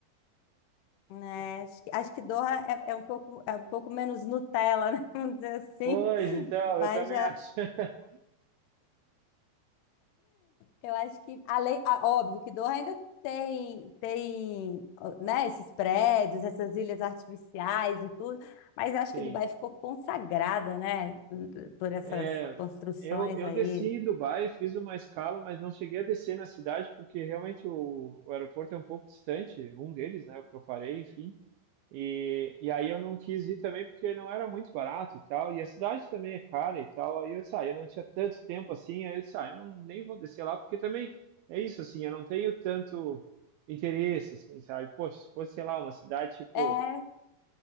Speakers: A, on the left (about 75°); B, on the right (about 80°).
A: né? acho que, acho que Doha é, é um pouco, é um pouco menos Nutella, né? <laughs> Vamos dizer assim.
B: Pois, então,
A: Dubai
B: eu também
A: já.
B: acho. <laughs>
A: Eu acho que, além, ah, óbvio que Doha ainda tem, tem, ó, né, esses prédios, essas ilhas artificiais e tudo, mas eu acho
B: Sim.
A: que Dubai ficou consagrada, né, por essas
B: É,
A: construções
B: eu, eu
A: aí.
B: desci em Dubai, fiz uma escala, mas não cheguei a descer na cidade, porque realmente o, o aeroporto é um pouco distante, um deles, né, o que eu parei, enfim. E, e aí eu não quis ir também porque não era muito barato e tal, e a cidade também é cara e tal. Aí eu disse, ah, eu não tinha tanto tempo assim, aí eu disse, ah, eu não, nem vou descer lá, porque também é isso, assim, eu não tenho tanto interesse, assim, sabe? Poxa, se fosse, sei lá, uma cidade tipo,
A: É,